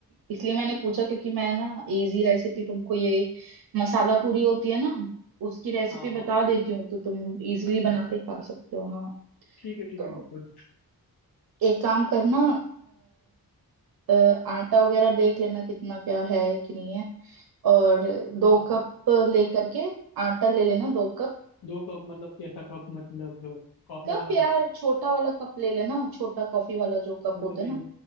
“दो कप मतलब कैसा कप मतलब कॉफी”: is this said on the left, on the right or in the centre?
Left